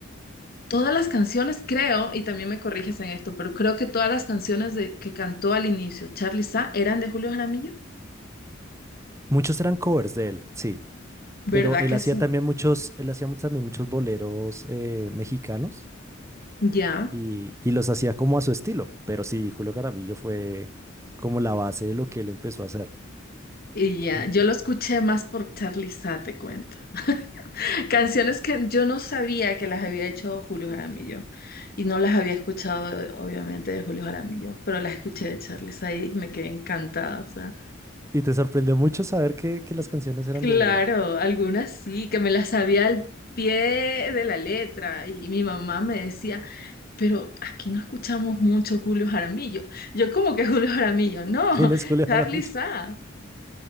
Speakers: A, on the left (about 50°); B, on the right (about 15°).
A: todas las canciones creo, y también me corriges en esto, pero creo que todas las canciones de, que cantó al inicio Charly Sa eran de Julio Jaramillo.
B: Muchos eran covers de él, sí.
A: ¿Verdad
B: Pero él
A: que
B: hacía
A: sí?
B: también muchos, él hacía mu- también muchos boleros eh, mexicanos
A: Ya,
B: y, y los hacía como a su estilo. Pero sí, Julio Jaramillo fue como la base de lo que él empezó a hacer.
A: y ya.
B: Y,
A: Yo lo escuché más por Charly Sa, te cuento. <laughs> Canciones que yo no sabía que las había hecho Julio Jaramillo. Y no las había escuchado, obviamente, de Julio Jaramillo, pero las escuché de Charly Sa y me quedé encantada. O sea,
B: y te sorprendió mucho saber que, que las canciones eran
A: claro,
B: de,
A: algunas sí, que me las sabía al pie de la letra. Y mi mamá me decía, pero aquí no escuchamos mucho Julio Jaramillo. Yo, como que Julio Jaramillo? No,
B: ¿Quién es Julio
A: Charly
B: Jaramillo?
A: Sa.